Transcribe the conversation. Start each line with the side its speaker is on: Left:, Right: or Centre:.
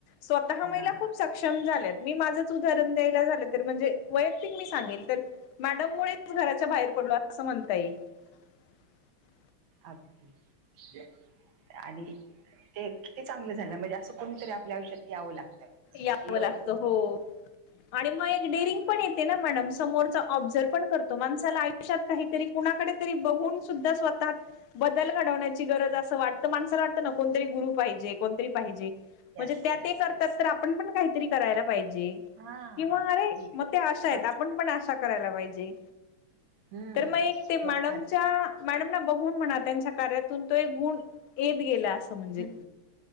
Left: स्वतः
Right: हा
Left: महिला खूप सक्षम झाल्यात. मी माझंच उदाहरण द्यायला झालं तर म्हणजे वैयक्तिक मी सांगेल तर मॅडम मुळे घराच्या बाहेर पडलो असं म्हणता येई. <inaudible>
Right: अग.. दे आणि.. ते किती चांगलं झालं म्हणजे असं कोणीतरी आपल्या आयुष्यात यावं लागतं.
Left: यावं
Right: योग
Left: लागत हो.. आणि मग एक डरिंग पण येते ना मॅडम समोर ऑबझर्व पण करतो माणसाला आयुषत काहीतरी कुणाकडे तरी बघून फ सुद्धा स्वतः बदल घडवण्याची गरज असं वाटतं माणसाला वाटतं ना कोणतरी गुरु पाहिजे कोणतरी पाहिजे. म्हणजे
Right: येस
Left: त्या
Right: येस
Left: ते करतात
Right: येस
Left: तर आपण पण काहीतरी करायला पाहिजे.
Right: हा
Left: किंवा अरे
Right: ही
Left: मग ते
Right: प्रोत्साहन
Left: आशा आहेत आपण पण आशा करायला पाहिजे.
Right: हम्म
Left: तर मग एक ते
Right: प्रोत्साहन,
Left: मॅडमच्या.. मॅडम बघून म्हणा त्यांच्या- कार्यातून तो एक गुण येत गेला असं म्हणजे
Right: हम्म,